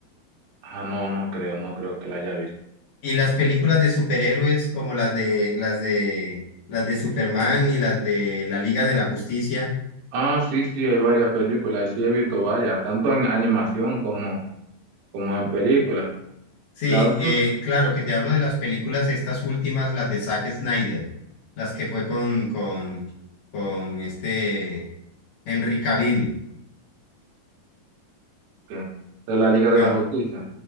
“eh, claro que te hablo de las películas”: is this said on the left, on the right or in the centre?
Left